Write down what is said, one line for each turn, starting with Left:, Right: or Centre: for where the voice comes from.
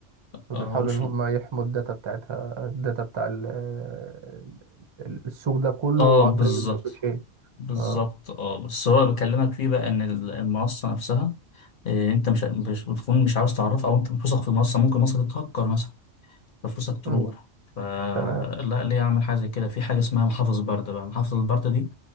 Right: بيحاولوا
Left: اه مش
Right: ان هم يحموا الداتا بتاعتها الداتا بتاع ال- ال- السوق ده كله
Left: اه بالظبط
Right: عن طريق البلوك تشين
Left: بالظبط
Right: اه
Left: اه بس هو بكلمك فيه بقى ان ال- المنصه نفسها آه، انت مش مش بتكون مش عاوز تعرفها او انت مش واثق في المنصه ممكن المنصه تتهكر مثلا ففلوسك تروح
Right: مم.
Left: فلا
Right: تمام
Left: ليه اعمل حاجه زي كده في حاجه اسمها محافظ برده بقى محافظ البرده دي